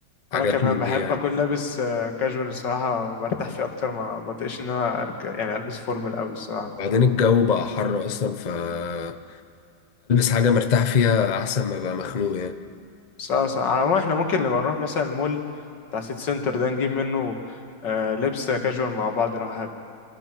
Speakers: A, on the left; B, on the left.
A: حاجات
B: انا كمان
A: من
B: بحب
A: دي يعني
B: اكون لابس كاجوال الصراحة برتاح فيه اكتر ما بطيقش ان انا أرك- يعني البس فورمال قوي الصراحة انت
A: بعدين
B: فاهم
A: الجو بقى حر أصلا فألبس حاجة مرتاح فيها أحسن ما أبقى مخنوق يعني
B: سا سا على العموم احنا ممكن نبقى نروح مثلا المول بتاع سيتي سنتر ده نجيب منه آه لبس كاجوال مع بعض لو حابب